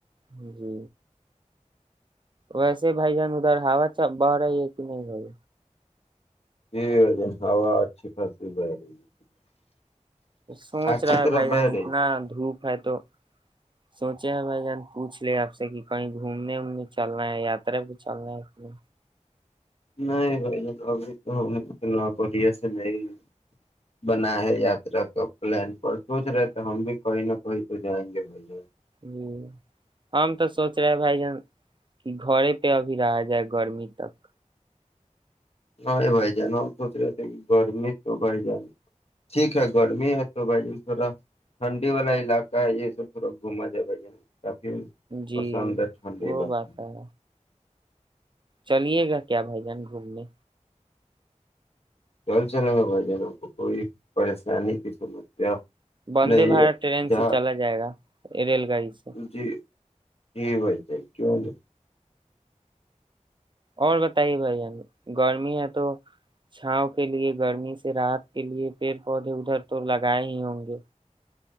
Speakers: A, on the right; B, on the left.
A: جی ویسے بھائی جان ادھر ہاوت اچا بارہ ایک نہیں بائی
B: جی وجن ہوا اچھی خاصی بہ رہی ہے
A: سوچ
B: آپ
A: رہا
B: کی
A: ہے
B: طرف
A: بھائی
B: بہ
A: جان اتنا
B: رہی
A: دھوپ ہے تو سوچے ہے بھائی جان پوچھ لے آپ سے کہ کہیں گھومنے وومنے چلناا ہے یاترا پہ چلنا ہے
B: نہیں بھ ج ابھی تو ہم اتنا بڑھیا سے نہیں بنا ہے یاترا تو پلان پر سوچ رہے تو ہم بھی کہیں نہ کہیں تو جائیں گے بھ جن
A: جی ہم تو سوچ رہے بھائی جان کہ گڑے پہ ابھی رہا جائے گرمی تک
B: نہیں بھائی جان ہم سوچ رہے تھے کہ گرمی تو بھائی جان ٹھیک ہے گرمی ہے تو بھائی جان تھوڑا ٹھنڈی والا علاقہ ہے یہ سب تھوڑا گھما جائے بھائی جان کافی
A: جی
B: پسند چھنڈی
A: وہ
B: بق
A: بات ہے چلیے گا کیا بھائی جان گھومنے
B: چل چل ہو بھائی جنوں کو کوئی پریشانی کی سمسیا
A: وندے
B: نہیں
A: بھارت
B: ہے
A: ٹرین
B: جہاں
A: سے چلا جائے گا ریل گاڑی سے
B: جی جی بھائی جان کیوں نہیں
A: اور بتائیے بھائی گرمی ہے تو چھاؤ کے لیے گرمی سے رات کے لیے پیڑ پودے ادھر تو لگائے ہی ہوں گے